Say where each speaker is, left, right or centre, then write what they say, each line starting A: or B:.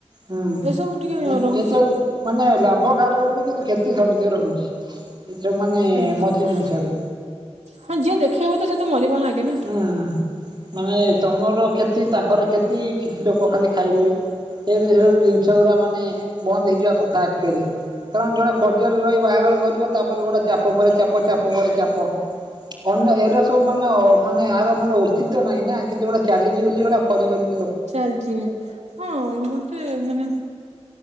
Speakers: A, on the right; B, on the right.
A: ହୁଁ
B: ଏସବୁ ଟିକେ
A: ସେଥିଯୋଗୁଁ
B: ରହୁଛି
A: ମାନେ ଲାଭ କାହାର ହଉନି କିନ୍ତୁ କ୍ଷତି କମଜୋର ହଉଛି। ଏ ଯୋଉ ମାନେ
B: ଆଜ୍ଞା
A: ମଝି ଜିନିଷରେ
B: ହଁ ଯିଏ ଦେଖେଇବ ତ ସେ ତ ମରିବ ନା। ଆଗେ ନା
A: ହୁଁ ମାନେ ଏଁ ତମର କ୍ଷତି ତାଙ୍କର କ୍ଷତି କିଛି ଲୋକ ଖାଲି ଖାଇବେ। ସେ ବି ସବୁ ଜିନିଷ ଗୁରା ମାନେ ବନ୍ଦ ହେଇଯିବା କଥା ଆକ୍ଚୁଆଲି। କାରଣ ଜଣେ କରଜରେ ରହି ବାହାଘର କରିବ ତାପରେ ଗୋଟେ ଚାପ ପରେ ଚାପ ଚାପ ପରେ ଚାପ ଅନ୍ୟ ଏଉରା ସବୁ ମାନେ ଅ ମାନେ ଏହାର ମାନେ ଉଚିତ ନାହିଁ ନାଁ କିନ୍ତୁ ଗୋଟେ ଚାଲିଚି ବୋଲି ଗୋଟେ କରିିକରି
B: ଚାଲିଚି ହଁ ମତେ ମାନେ